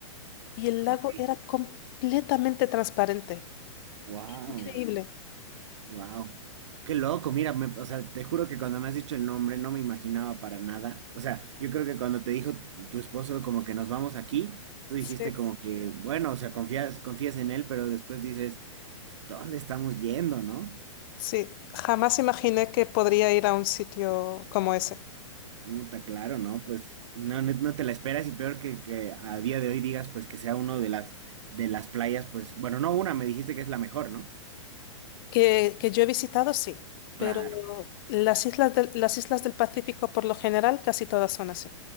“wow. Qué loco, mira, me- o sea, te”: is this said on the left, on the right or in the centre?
Right